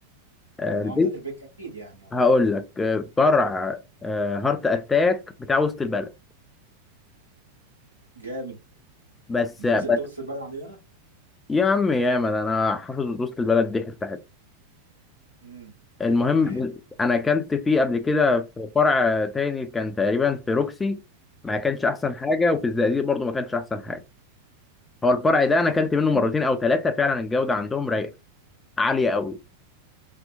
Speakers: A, on the left (about 15°); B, on the right (about 85°).
A: آه،
B: اه
A: البيت
B: بتاعت البيك اكيد يعني اه
A: هقول لك آه، فرع آه، هارت اتاك بتاع وسط البلد
B: جامد
A: بس
B: انت
A: بس
B: نزلت وسط البلد عندنا
A: يا عم يا ما انا حافظ وسط البلد دي حته حته
B: امم
A: المهم
B: تمام
A: انا اكلت فيه قبل كده في فرع تاني كان تقريبا في روكسي ما كانش احسن حاجه وفي الزقازيق برضو ما كانش احسن حاجه هو الفرع ده انا اكلت منه مرتين او ثلاثه فعلا الجوده عندهم رايقه عاليه قوي